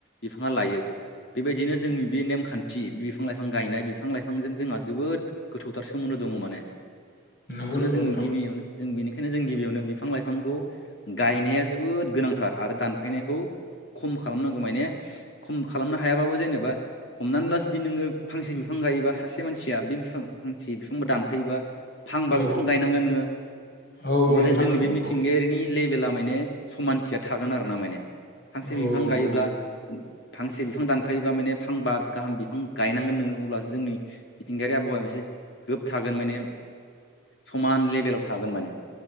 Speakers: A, on the left; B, on the left.
A: बिफाङा लायो बेबायदिनो
B: औ
A: जोंनि बे नेमखान्थि थि बिफां लाइफां गायनाय बिफां लाइफांजों जोंहा जोबोद गोथौथार सोमोन्दो दङ' माने
B: नंगौ
A: बेखौनो
B: नंगौ
A: जोङो
B: नोंथां
A: गिबियावनो जों बेनिखायनो जों गिबियावनो बिफां लाइफांखौ गायनाया जोबोद गोनांथार आरो दानफायनायखौ खम खालामनांगौ माने खम खालामनो हायाबाबो जेनेबा हमनानै ला जुदि नोङो फांसे बिफां गायोबा सासे मानसिया बे बिफां फांसे बिफांखौ दानफायोबा फांबा
B: औ
A: बिफां गायनांगोन नोङो
B: औ
A: अब्लाथाय
B: औ नोंथां
A: जोंनि
B: नंगौ
A: बे
B: नंगौ
A: मिथिंगायारिनि लेभेला माने समानथिया थागोन आरो ना माने फांसे
B: औ
A: बिफां गायोब्ला
B: औ
A: फांसे बिफां दानफायोबा माने फांबा गाहाम बिफां गायनांगोन नोङो अब्लासो जोंनि मिथिंगायारि आबहावाय मोनसे ग्रोब थागोन माने समान लेभेलाव थागोन माने।